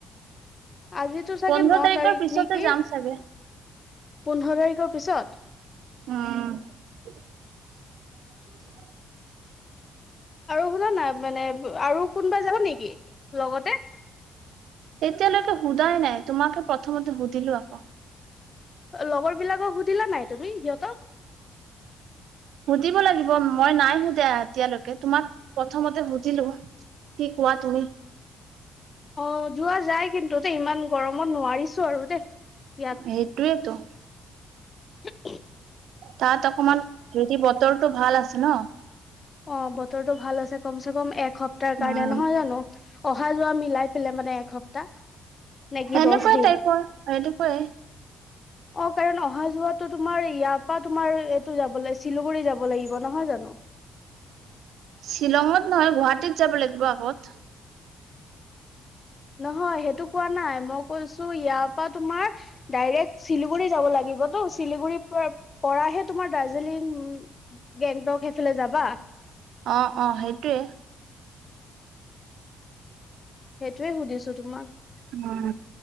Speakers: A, on the left; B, on the right.
A: আজিতো চাগে
B: পোন্ধৰ
A: ন
B: তাৰিখৰ
A: তাৰিখ
B: পিছতে
A: নেকি
B: যাম
A: পোন্ধৰ
B: চাগে
A: তাৰিখৰ পিছত
B: অ
A: আৰু শুনা না মানে আৰু কোনোবা যাব নেকি লগতে
B: এতিয়ালৈকে সোধাই নাই তোমাকে প্ৰথমতে সুধিলো আকৌ
A: লগৰ বিলাকক সুধিলা নাই তুমি সিহঁতক
B: সুধিব লাগিব মই নাই সোধা এতিয়ালৈকে তোমাক প্ৰথমতে সুধিলো কি কোৱা তুমি
A: অ যোৱা যাই কিন্তু দে ইমান গৰমত নোৱাৰিছো আৰু দে ইয়াত
B: সেইটোৱেটো
A: উ
B: তাত অকমান হেৰি বতৰটো ভাল আছে ন
A: অ' বতৰটো ভাল আছে কমছে কম এক সপ্তাহৰ
B: উম
A: কাৰণে, নহয় জানো অহা যোৱা মিলাই পেলে মানে এসপ্তাহ নে কি
B: এনেকুৱা
A: দছ দিন
B: টাইপৰ এনেকুৱাই
A: অ' কাৰণ অহা যোৱাতো তোমাৰ ইয়াৰ পৰা তোমাৰ এইটো যাবলৈ শিলুগুৰি যাব লাগিব, নহয় জানো
B: শ্বিলঙত নহয়, গুৱাহাটীত যাব লাগিব আগত
A: নহয় সেইটো কোৱা নাই মই কৈছো ইয়াৰ পৰা তোমাৰ ডাইৰেক্ট শিলিগুৰি যাব লাগিব তো শিলিগুৰি পৰাহে তোমাৰ দাৰ্জিলিং উ গেংটক সেইফালে যাবা
B: অ অ সেইটোৱে
A: সেইটোৱে সুধিছো তোমাক
B: উম